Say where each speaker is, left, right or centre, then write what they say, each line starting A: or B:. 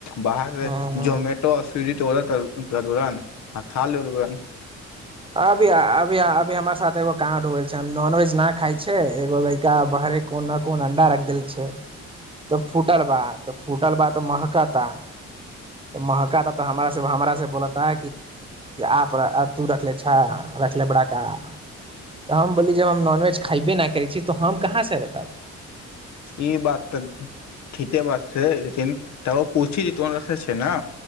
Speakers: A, on the left; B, on the right.
A: बाहर
B: ह
A: जोमेटो स्विडी तुरन्त ओडल तरऽ तुरन्त था लेलु बा
B: अभीय अभी अभ भी हमर साथ एगो काँडल छै नॉनवेज न खाय छै एगो बैका बरे कोन न कोन अंडा रख देल छै तऽ फूटल बा तऽ फूटल बा तऽ महका ता महका ता तऽ हमरा से बोलता आप तू रख लेे अच्छा रखले बाड़ का तऽ हम बोलली जब हम नॉनवेज खयबे नहि करै छी तऽ हम कहाँसँ रखब
A: ई बात त ठीते बात छै लेकिन तब पुछि जे तोन रथले छै ने